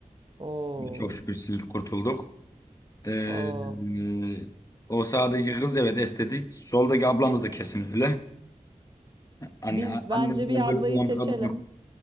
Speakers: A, on the right; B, on the left.
A: Oo.
B: Çok şükür sildik kurtulduk. Ee,
A: Oo.
B: e, o sağdaki kız evet estetik. Soldaki ablamız da kesin öyle. Anne,
A: Biz
B: annesinden
A: bence bir
B: böyle
A: ablayı
B: olan
A: seçelim.
B: bir kadın yok.